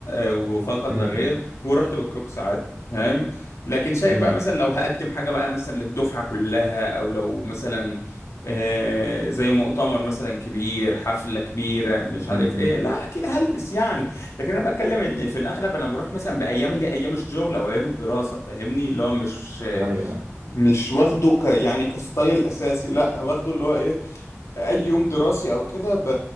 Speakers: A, on the left; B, on the right.
A: آه، وفقط
B: امم
A: لا غير
B: إمم.
A: ورحت بكروكس عادي فاهم لكن شايف
B: إمم.
A: بقى مثلا لو هقدم حاجة بقى مثلا للدفعة كلها أو لو مثلا آه، زي مؤتمر مثلا كبير حفلة كبيرة مش عارف
B: امم
A: إيه لا أكيد هلبس يعني لكن انا بتكلم ان في الاغلب انا بروح مثلا بايام اللي هي ايام الشغل او ايام الدراسه فاهمني اللي هو مش
B: ايوه ايوه
A: مش واخده ك يعني كستايل اساسي لا واخده اللي هو ايه اي يوم دراسي او كده ب...